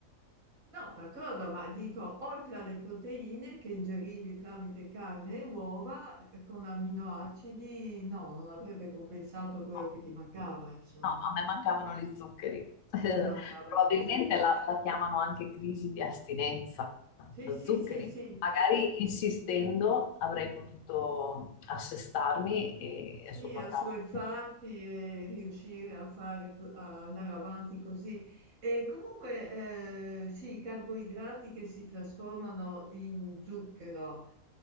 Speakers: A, on the right; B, on the left.
A: No, d'accordo, ma dico, oltre alle proteine che ingerivi tramite carne e uova, eh, con aminoacidi, no, non avrebbe compensato quello
B: No.
A: che ti mancava, insomma,
B: No, a me mancavano gli zuccheri. <laughs>
A: ti mancavano
B: Probabilmente
A: gli zuccheri.
B: la,
A: Ah,
B: la chiamano anche crisi di astinenza
A: Sì,
B: da
A: sì,
B: zuccheri.
A: sì, sì.
B: Magari insistendo avrei potuto assestarmi e,
A: Sì,
B: e sopportarlo.
A: assuefarti e riuscire a fare, co- a andare avanti così. E comunque, eh, sì, i carboidrati che si trasformano in zucchero,